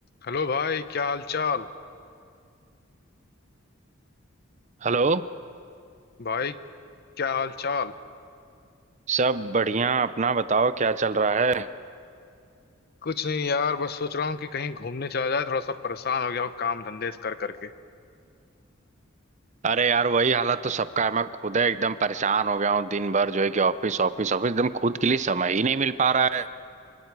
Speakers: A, on the left; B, on the right.
A: Hello भाई क्या हाल चाल
B: Hello
A: भाई क्या हाल चाल
B: सब बढ़िया अपना बताओ क्या चल रहा है
A: कुछ नहीं यार बस सोच रहा हूँ कि कहीं घूमने चला जाए थोड़ा सा परेशान हो गया हूँ काम धंधे से कर करके
B: अरे यार वही हालत तो सबका है मैं खुद है एकदम परेशान हो गया हूँ दिन भर जो है कि ऑफिस ऑफिस ऑफिस एकदम खुद के लिए समय ही नहीं मिल पा रहा है